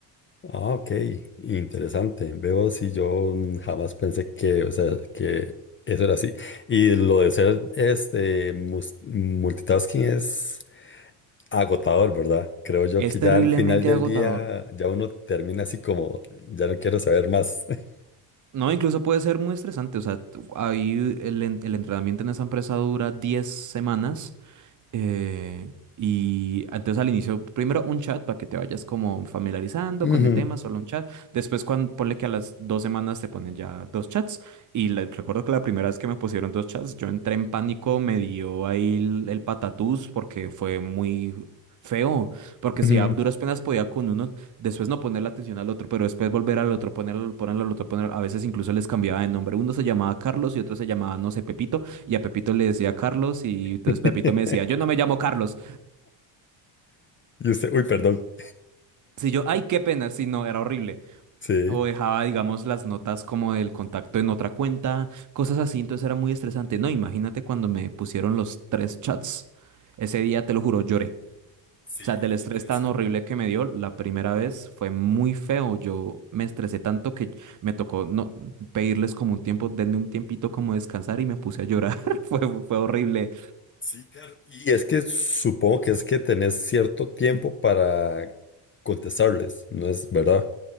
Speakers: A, on the left; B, on the right.
A: Ah, ok, interesante. Veo si yo mm, jamás pensé que, o sea, que eso era así. Y lo de ser este mus- multitasking es agotador, ¿verdad? Creo yo
B: Es
A: que
B: terriblemente
A: ya al final del
B: agotador.
A: día ya uno termina así como, ya no quiero saber más. <laughs>
B: No, incluso puede ser muy estresante. O sea, tú- ahí el, en- el entrenamiento en esa empresa dura diez semanas Eh, y entonces al inicio, primero un chat para que te vayas como familiarizando
A: Ujú,
B: con el tema, solo un chat. Después, cuando, ponle que a las dos semanas te ponen ya dos chats. Y le- recuerdo que la primera vez que me pusieron dos chats, yo entré en pánico, me dio ahí el, el patatús porque fue muy feo. Porque
A: ujú.
B: si a duras penas podía con uno, después no poner la atención al otro, pero después volver al otro, ponerlo, ponerlo al otro, ponerlo. A veces incluso les cambiaba de nombre. Uno se llamaba Carlos y otro se llamaba, no sé, Pepito y a Pepito le decía Carlos y entonces
A: <laughs>
B: Pepito me decía, yo no me llamo Carlos.
A: Y usted, uy, perdón.
B: Si yo, ay, qué pena, si no, era horrible.
A: Sí.
B: O dejaba, digamos, las notas como del contacto en otra cuenta, cosas así, entonces era muy estresante. No, imagínate cuando me pusieron los tres chats. Ese día, te lo juro, lloré.
A: Sí,
B: O sea, del estrés
A: debe
B: tan
A: ser.
B: horrible que me dio la primera vez fue muy feo. Yo me estresé tanto que me tocó no pedirles como un tiempo, denme un tiempito como descansar y me puse a llorar. <laughs> Fue, fue horrible.
A: Sí, claro. Y es que supongo que es que tenés cierto tiempo para contestarles, ¿no es verdad?